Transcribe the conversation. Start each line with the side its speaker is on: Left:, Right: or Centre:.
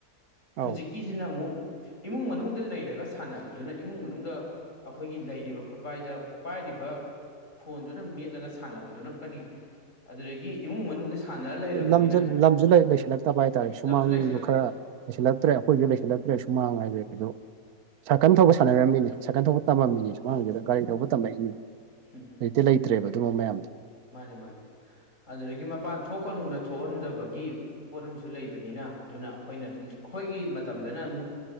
Left: ꯍꯧꯖꯤꯛꯀꯤꯁꯤꯅ
Right: ꯑꯧ
Left: ꯑꯃꯨꯛ ꯏꯃꯨꯡ ꯃꯅꯨꯡꯗ ꯂꯩꯔꯒ ꯁꯥꯟꯅꯕꯗꯨꯅ ꯏꯃꯨꯡ ꯃꯅꯨꯡꯗ ꯑꯩꯈꯣꯏꯒꯤ ꯂꯩꯔꯤꯕ ꯈꯨꯠꯕꯥꯥꯏꯗ ꯄꯥꯏꯔꯤꯕ ꯐꯣꯟꯗꯨꯅ ꯃꯦꯠꯂꯒ ꯁꯥꯟꯅꯕꯗꯨꯅ ꯀꯔꯤ ꯑꯗꯨꯗꯒꯤ ꯏꯃꯨꯡ ꯃꯅꯨꯡꯗ ꯁꯥꯟꯅꯔ ꯂꯩꯔꯕꯅꯤꯅ
Right: ꯂꯝ ꯂꯝꯁꯨ ꯂꯩꯁꯤꯜꯂꯛꯇꯕ ꯍꯥꯏꯇꯥꯔꯦ ꯁꯨꯃꯥꯡꯗ
Left: ꯂꯝꯁꯨ ꯂꯩꯁꯤꯜꯂꯛꯇꯕ
Right: ꯈꯔ ꯂꯩꯜꯂꯛꯇ꯭ꯔꯦ ꯑꯩꯈꯣꯏꯁꯨ ꯂꯩꯁꯤꯜꯂꯛꯇ꯭ꯔꯦ ꯁꯨꯃꯥꯡ ꯍꯥꯏꯁꯦ ꯀꯩꯁꯨ ꯁꯥꯏꯀꯜ
Left: ꯑꯗꯨꯝ
Right: ꯊꯧꯕ ꯁꯥꯟꯅꯔꯝꯃꯤꯅꯤ ꯁꯥꯏꯀꯜ ꯊꯧꯕ ꯇꯝꯃꯤꯅꯤ ꯁꯨꯃꯥꯡꯁꯤꯗ ꯒꯥꯔꯤ ꯊꯧꯕ ꯇꯝꯃꯛꯏꯅꯤ
Left: ꯍꯝ
Right: ꯍꯛꯇꯤ ꯂꯩꯇ꯭ꯔꯦꯕ ꯑꯗꯨꯝꯕ ꯃꯌꯥꯝꯗꯣ
Left: ꯃꯥꯅꯤ ꯃꯥꯅꯤ ꯑꯗꯨꯗꯒꯤ ꯃꯄꯥꯟ ꯊꯣꯛꯀꯅꯨꯅ ꯊꯣꯛꯍꯟꯗꯕꯒꯤ ꯄꯣꯠ ꯑꯃꯁꯨ ꯂꯩꯕꯅꯤꯅ ꯑꯗꯨꯅ ꯑꯩꯈꯣꯏꯅ ꯑꯗꯨꯝ ꯑꯩꯈꯣꯏꯒꯤ ꯃꯇꯝꯗꯅ ꯑꯃꯨꯛ